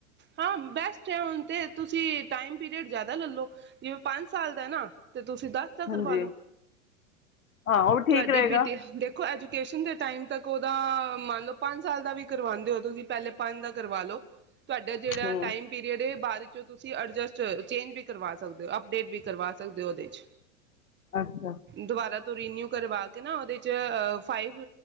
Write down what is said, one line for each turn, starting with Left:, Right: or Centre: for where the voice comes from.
Right: ਹਾਂ ਬੈਸਟ ਏ ਹੁਣ ਤੇ, ਤੁਸੀਂ ਟਾਈਮ ਪੀਰੀਅਡ ਜ਼ਿਆਦਾ ਲੈਲੋ ਜਿਵੇਂ ਪੰਜ ਸਾਲ ਦਾ ਏ ਨਾ ਤੇ ਤੁਸੀਂ ਦੱਸ ਦਾ ਕਰਵਾ
Left: ਹਾਂਜੀ
Right: ਲਓ
Left: ਹਾਂ ਉਹ ਠੀਕ
Right: ਤੁਹਾਡੀ
Left: ਰਹੇਗਾ
Right: ਬੇਟੀ ਦੇਖੋ ਅਜੂ <unintelligible> ਟਾਈਮ ਤਕ ਉਹਦਾ ਮੰਨ ਲੋ ਪੰਜ ਸਾਲ ਦਾ ਵੀ ਕਰਵਾਂਦੇ ਓ ਤੁਸੀਂ ਪੇਹਲੇ ਪੰਜ ਦਾ ਕਰਵਾ ਲੋ। ਤੁਹਾਡਾ ਜਿਹੜਾ
Left: ਹੂੰ
Right: ਟਾਈਮ ਪੀਰੀਅਡ ਏ ਬਾਅਦ ਵਿੱਚੋ ਤੁਸੀਂ ਅਡਜਸਟ ਚੇਂਜ ਵੀ ਕਰਵਾ ਸਕਦੇ ਓ ਅਪਡੇਟ ਵੀ ਕਰਵਾ ਸਕਦੇ ਹੋ ਉਹਦੇ ਚ
Left: ਅੱਛਾ
Right: ਦੁਬਾਰਾ ਰੀਨਿਊ ਕਰਵਾ ਕੇ ਨਾ ਉਹਦੇ ' ਫਾਈਵ